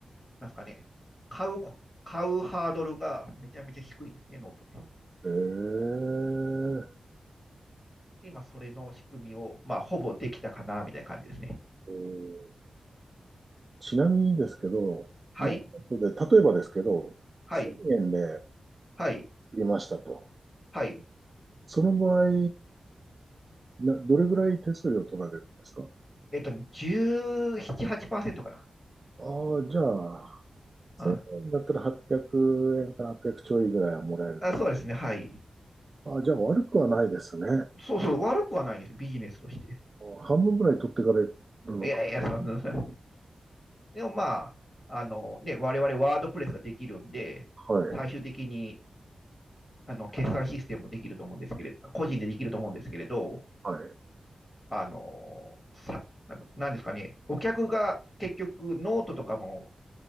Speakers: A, on the left; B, on the right.
A: なんすかね、買うこ、買うハードルがめちゃめちゃ低いんですね、ノートって。
B: う。ええ、
A: で今、それの仕組みを、まあ、ほぼできたかな、みたいな感じですね。
B: うんちなみにですけど、
A: はい、
B: なので、例えばですけど、
A: はい、
B: 1000円で
A: はい、
B: 売りましたと。
A: はい。
B: その場合、な、どれぐらい手数料取られるんですか
A: えっと、1ン8%かな。
B: ああ、じゃあ、1000円だったら800円から800ちょいぐらいはもらえると。
A: ああ、そうですね、はい。
B: ああ、じゃあ悪くはないですね。
A: そうそう、悪くはないんです、ビジネスとして。
B: 半分ぐらい取ってかれるのか。
A: いやいや、そんな、<laughs> でもまあ、あのね、我々ワードプレスができるんで、
B: はい。
A: 最終的にあの決算システムもできると思うんですけれど、個人でできると思うんですけれど、
B: はい。
A: あの、さ、なんかなんですかね、お客が結局ノートとかも、